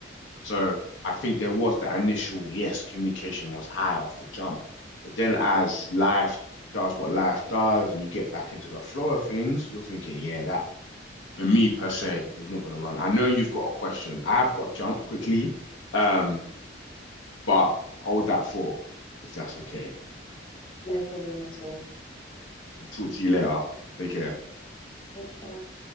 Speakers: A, on the left; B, on the left.
A: So I think there was the initial, yes, communication was high off the jump. But then as life does what life does and you get back into the flow of things, you're thinking, yeah, that for me per se is not going to run. I know you've got a question. I've got to jump quickly, um, but hold that thought if that's okay.
B: No problem at all.
A: I'll talk to you later. Take care.
B: Take care.